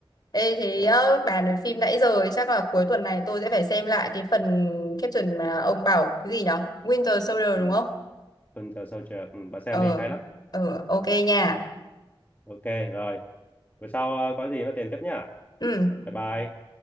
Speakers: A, on the left (about 50°); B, on the left (about 20°).
A: Ê, thế
B: à,
A: ờ, bàn về phim nãy giờ ấy, chắc là cuối tuần này tôi sẽ phải xem lại cái phần caption mà ông bảo cái gì nhở Winter Soldier
B: ừ.
A: đúng không?
B: Winter Soldier ừ, bà xem
A: Ờ,
B: đi hay lắm
A: ờ, ok nha.
B: ok rồi bữa sau ờ, có gì nó tiền tiếp nhá
A: Ừ.
B: bye bye